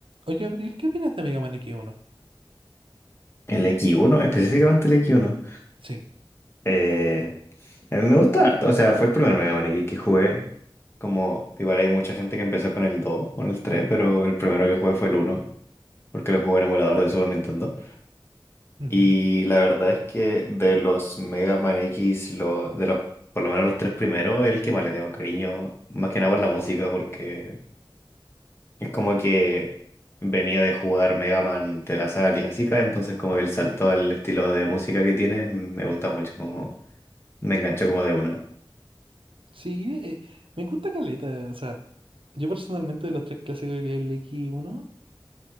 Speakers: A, on the right; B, on the left.
A: Oye, Abril, ¿qué opinas de Mega Man x uno?
B: El x uno específicamente el x uno
A: Sí.
B: Eh, a mí me gusta harto, o sea, fue el primer Mega Man X que jugué. Como, igual hay mucha gente que empezó con el 2 o con el tres pero el primero que jugué fue el uno porque lo jugué en emulador de Super Nintendo.
A: Ujú.
B: Y la verdad es que de los Mega Man X, lo, de los, por lo menos los tres primeros, el que más le tengo cariño, más que nada por la música, porque Es como que venía de jugar Mega Man de la saga clásica, entonces como que el salto al estilo de música que tiene me gusta mucho, como me enganchó como de una.
A: Sí, eh, me gusta caleta. O sea, yo personalmente de los tres clásicos del X1,